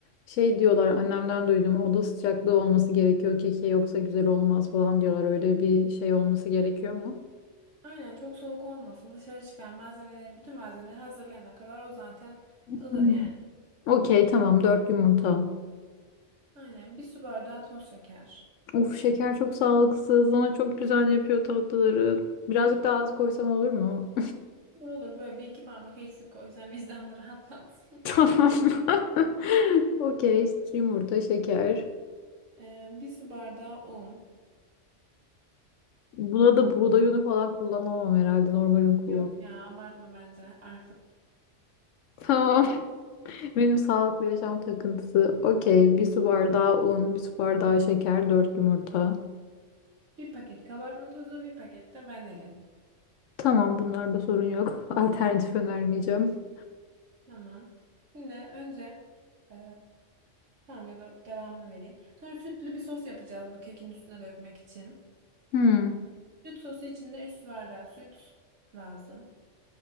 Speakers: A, on the left; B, on the right.
A: şey diyorlar annemden duydum oda sıcaklığı olması gerekiyor keke yoksa güzel olmaz falan diyorlar. Öyle bir şey olması gerekiyor mu?
B: Aynen çok soğuk olmasın. Dışarı çıkar malzemeleri bütün malzemeleri hazırlayana kadar o zaten
A: Hı.
B: ılır yani.
A: Okey tamam dört yumurta.
B: Aynen bir su bardağı toz şeker.
A: Of şeker çok sağlıksız ama çok güzel yapıyor tatlıları. Birazcık daha az koysam olur mu?
B: Olur olur böyle bir iki parmak eksik koy. Sen vicdanını rahatlat. <laughs>
A: Tamam. <laughs> Okey. Yumurta, şeker.
B: Ee, bir su bardağı un.
A: Buna da buğday unu falan kullanamam herhalde. Normal un kullanmam.
B: Yok ya abartma bence. Arka.
A: Tamam. <laughs> Benim sağlıklı yaşam takıntısı. Okey. Bir su bardağı un, bir su bardağı şeker, dört yumurta.
B: Bir paket kabartma tozu, bir paket de vanilin.
A: Tamam, bunlarda sorun yok. <laughs> Alternatif önermeyeceğim.
B: Tamam. Şimdi önce e, tamam ya da devamını vereyim. Sonra sütlü bir sos yapacağız bu kekin üstüne dökmek için.
A: Hmm.
B: Süt sosu için de 3 su bardağı süt lazım.